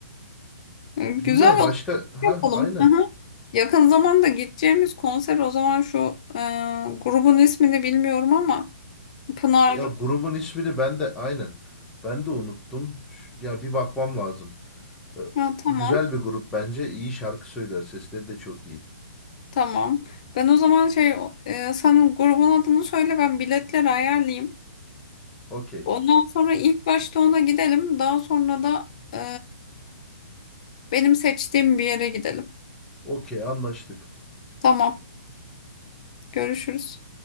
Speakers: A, on the left; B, in the centre.
A: Hı,
B: Bilmiyorum
A: Güzel
B: başka
A: oldu.
B: ha
A: Yapalım.
B: aynen.
A: Hı hı. Yakın zamanda gideceğimiz konser o zaman şu e, grubun ismini bilmiyorum ama Pınar.
B: Ya grubun ismini ben de aynen. Ben de unuttum. Ş- Ya bir bakmam lazım. Ee,
A: Ha, tamam.
B: Güzel bir grup bence. İyi şarkı söyler. Sesleri de çok iyi.
A: Tamam. Ben o zaman şey e, sen grubun adını söyle ben biletleri ayarlayayım.
B: Okey.
A: Ondan sonra ilk başta ona gidelim. Daha sonra da e, benim seçtiğim bir yere gidelim.
B: Okey anlaştık.
A: Tamam. Görüşürüz.